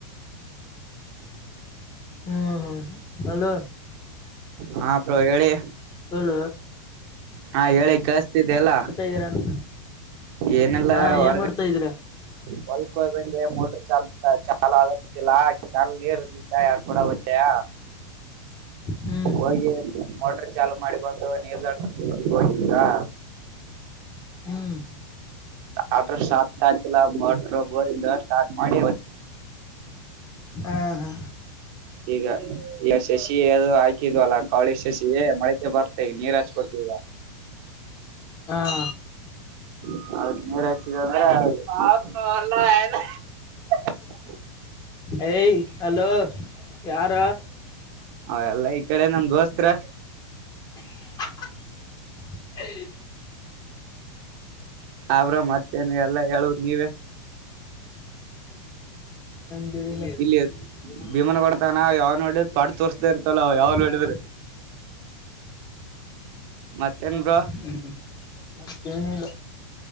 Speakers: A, on the left; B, on the right.
A: ಹ್ಮ್ ಹ್ಮ್ ಅಲೋ
B: ಹಾ ಬ್ರೋ ಹೇಳಿ
A: ಹಲ
B: ಹಾ ಹೇಳಿ ಕಳ್ಸ್ತಿದ್ದ ಎಲ್ಲ
A: ಇದೀರ ಅಂತ
B: ಏನೆಲ್ಲ
A: ಹಾ
B: ಹೊರಗಡೆ
A: ಏನ್ ಮಾಡ್ತಾ ಇದೀರಾ
B: ಬಲ್ಕ್ಯ್ಬಂಡೆ ಮೋಟ್ರ ಚಲ್ ಚ ಆಗಲ್ಲ ಚಲ್ ನೀರ್ಿಂದ ಎಡ್ ಕೂಡ ಹ್ದಯ
A: ಹ್ಮ್
B: ಹೋಗಿ ಮೋಟರ್ ಚಾಲುು ಮಾಡಿ ಬಂದು ನೀರ್ ದಡ್ ಹೋಗತೀರಾ
A: ಹ್ಮ್
B: ಆಟ ಸಾ ಸಲ್ಲ ಮಟ್ರ ಬೋರಿ ದಸ್ ಆ ಮಾಡ
A: ಹಾ ಹಾ
B: ಈಗ ಈಗ ಶಶಿ ಅ ಹಾಕಿದ್ವಲ್ಲ ಕಾವಳಿ ಶಶಿ ಮಳಕೆ ಬರ್ತ ನೀ ರಾಜಪಕ್ಷಗ
A: ಹಾ
B: ಹೌ ರ
A: ಏಯ ಅಲೋ ಯಾರ
B: ಅವ ಎಲ್ಲ ಈ ಕಡೆ ನಮಗೋಸ್ತ್ರ
A: ಹ
B: ಅವ್ರ ಮತ್ತೇನ ಎಲ್ಲ ಹೇಳುವ ನೀವೇ
A: ಮಗಡ
B: ಇಲ್ಲಿ
A: ಅಂತ ಯ ನೋ
B: ಭೀಮನ ಕೊಡ್ತಾನ ಯಾವ ನೋಡಿ ತ್ವಾಡ್ ತೋರ್ಸ್ತಾ ಇರ್ತಲ್ಲ ಯಾವ
A: ನೋ
B: ನೋಡಿದ್ರಿ ಮತ್ತೇನ್
A: <inaudible>
B: ಬ್ರೋ
A: ಮತ್ತೇನಿಲ್ಲ